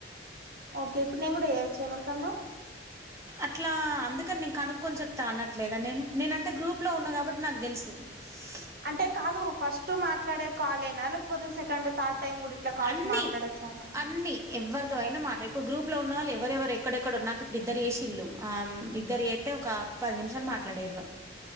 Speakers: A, on the right; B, on the right.
A: ఓకే ఇప్పుడు నేను గూడా చేయొచ్చా ఎవరికన్నా
B: అట్లా అందుకని నీను కనుక్కొని చెప్తా అనట్లేదా నేను నేనంటే గ్రూప్ లో ఉన్న కాబట్టి నాకు తెలుసు స్
A: అంటే కాదు ఫస్ట్ మాట్లాడే కాలేనా లేకపోతే సెకండు థర్డ్ టైమ్ కూడా ఇట్లా కాల్స్
B: అన్నీ
A: మాట్లాడొచ్చాను
B: అన్నీ ఎవరితో అయినా మాటలు ఇప్పుడు గ్రూప్ లో ఉన్న వాళ్లు ఎవరెవరు ఎక్కడెక్కడున్నా నాకు ఇప్పుడ ఇద్దరు చేసిల్లు ఆ ఇద్దరి అయితే ఒక పది నిమిషాలు మాట్లాడే గ